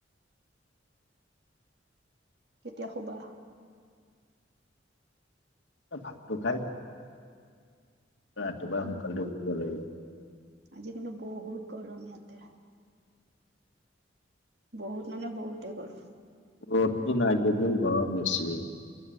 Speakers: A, on the right (about 60°); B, on the left (about 80°).
A: কেতিয়া শুবা?
B: ভাতটো খাই ৰাতিপুৱা
A: উ
B: সোনকালে উঠিব লাগে
A: আজি কিন্তু বহুত গৰম ইয়াতে। বহুত মানে বহুতে গৰম।
B: ৰ'দটো নাই যদিও গৰম বেছি।